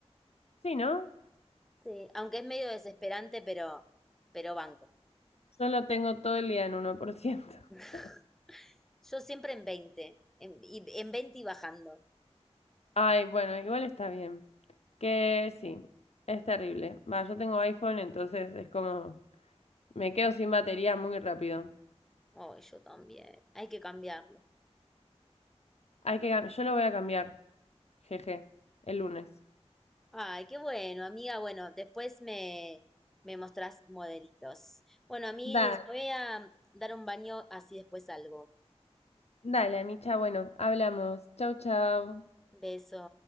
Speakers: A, on the left (about 70°); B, in the centre.
A: Sí, ¿no?
B: Sí, aunque es medio desesperante, pero, pero banco.
A: Yo lo tengo todo el día en uno por ciento
B: <laughs>
A: <laughs>
B: Yo siempre en 20, en, y- en 20 y bajando.
A: Ay, bueno, igual está bien. Que sí, es terrible. Va, yo tengo iPhone, entonces es como, me quedo sin batería muy rápido.
B: Oh, yo también. Hay que cambiarlo.
A: Hay que, cam- yo lo voy a cambiar, jeje, el lunes.
B: Ay, qué bueno, amiga. Bueno, después me, me mostrás modelitos. Bueno, a mí
A: Da,
B: me voy a dar un baño, así después salgo.
A: dale, Micha, bueno, hablamos. Chau, chau.
B: Beso.